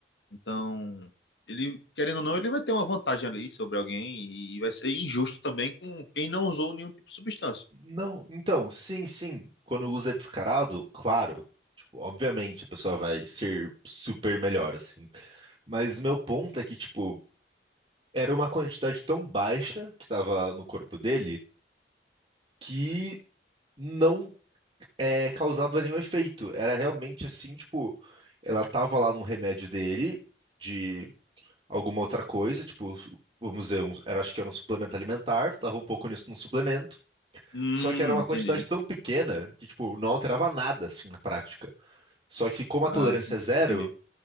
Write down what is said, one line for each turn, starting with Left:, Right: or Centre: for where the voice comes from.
Left: Então, ele, querendo ou não, ele vai ter uma vantagem ali sobre alguém e vai ser injusto também com quem não usou nenhum tipo de substância.
Right: Não, então, sim, sim. Quando usa descarado, claro. Tipo, obviamente a pessoa vai ser super melhor, assim. Mas o meu ponto é que, tipo, era uma quantidade tão baixa que tava no corpo dele que não é, causava nenhum efeito. Era realmente assim, tipo, ela tava lá num remédio dele, de alguma outra coisa, tipo, vamos dizer, um- era, acho que era um suplemento alimentar, tava um pouco nisso num suplemento,
Left: Hum,
Right: só que era uma
Left: entendi.
Right: quantidade tão pequena que, tipo, não alterava nada, assim, na prática. Só que como
Left: Ah,
Right: a tolerância
Left: entendi.
Right: é zero,